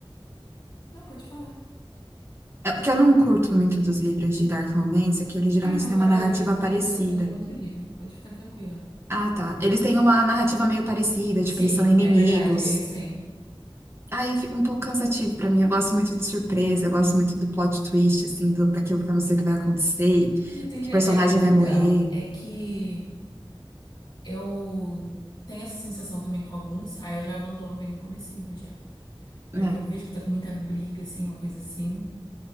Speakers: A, on the left; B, on the right.
A: Não, pode falar.
B: É, o que eu não curto muito dos livros de Dark Romance é que eles geralmente
A: Ah, não,
B: têm
A: eu tava,
B: uma narrativa
A: já ia fazer
B: parecida.
A: recomendação de um outro livro. Pode ficar tranquila.
B: Ah, tá. Eles têm uma narrativa meio parecida, tipo,
A: Sim,
B: eles são inimigos.
A: é verdade, eles têm.
B: Aí fica um pouco cansativo pra mim. Eu gosto muito de surpresa, eu gosto muito do plot twist, assim, do, daquilo que eu não sei o que vai acontecer,
A: Entender.
B: que personagem
A: É,
B: vai
A: então,
B: morrer,
A: é que eu tenho essa sensação também com alguns, aí eu já abandono bem no comecinho já. Na
B: né?
A: hora que eu vejo que tá com muita briga, assim, uma coisa assim,